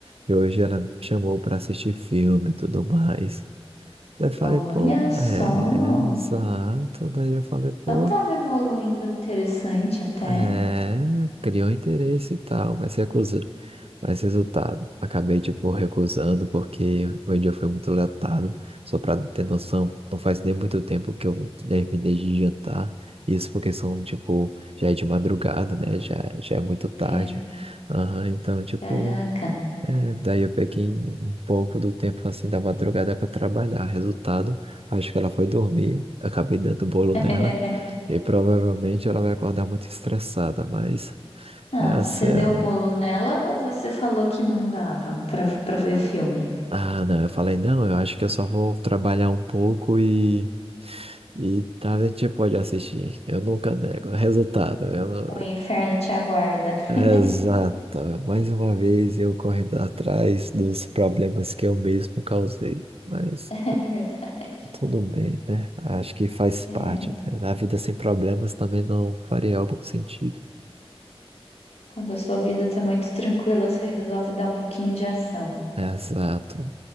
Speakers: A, on the right; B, on the left.
A: E hoje ela me chamou pra assistir filme e tudo mais. Daí eu falei,
B: olha
A: pô,
B: só.
A: é, exato. Daí eu falei, pô.
B: Então tava evoluindo interessante até.
A: É, criou um interesse e tal, mas recusa. Mas resultado, acabei, tipo, recusando porque meu dia foi muito lotado. Só pra ter noção, não faz nem muito tempo que eu terminei de jantar. Isso porque são, tipo, já é de madrugada, né? Já, já é muito tarde.
B: É.
A: Aham, então, tipo.
B: Caraca.
A: É, daí eu peguei um pouco do tempo assim da madrugada para trabalhar. Resultado, acho que ela foi dormir, acabei dando bolo
B: <laughs>
A: nela e provavelmente ela vai acordar muito estressada, mas
B: Ah,
A: essa
B: você
A: é
B: deu
A: a-
B: bolo nela ou você falou que não dava pra, pra ver filme?
A: Ah, não, eu falei, não, eu acho que eu só vou trabalhar um pouco e e tá, a gente pode assistir. Eu nunca nego. <laughs> Resultado, eu não-
B: O inferno te aguarda.
A: Exato.
B: <laughs>
A: Mais uma vez eu correndo atrás dos problemas que eu mesmo causei, mas
B: É verdade.
A: Tudo bem, né? Acho que faz
B: É.
A: parte, né? A vida sem problemas também não faria algum sentido.
B: Quando a sua vida tá muito tranquila, você resolve dar um pouquinho de ação.
A: né? Exato.